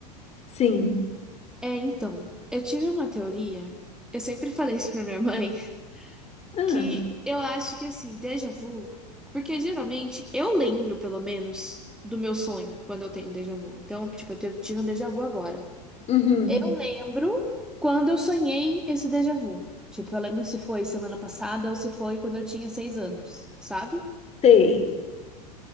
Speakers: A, on the left; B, in the centre.
A: sim.
B: É, então, eu tive uma teoria. Eu sempre <laughs> falei isso pra minha mãe, <laughs>
A: Ah,
B: que eu acho que assim, déjà vu, porque geralmente eu lembro, pelo menos, do meu sonho quando eu tenho déjà vu. Então, tipo, eu te- tive um déjà vu agora.
A: uhum,
B: Eu lembro quando eu sonhei esse déjà vu. Tipo, eu lembro se foi semana passada ou se foi quando eu tinha seis anos, sabe?
A: sei,